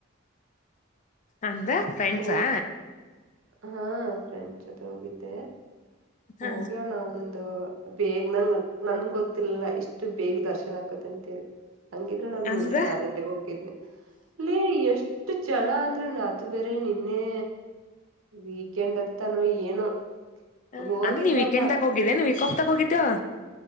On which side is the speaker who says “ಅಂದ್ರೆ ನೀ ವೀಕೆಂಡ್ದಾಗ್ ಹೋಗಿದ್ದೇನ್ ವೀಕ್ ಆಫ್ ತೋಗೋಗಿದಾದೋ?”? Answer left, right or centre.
Left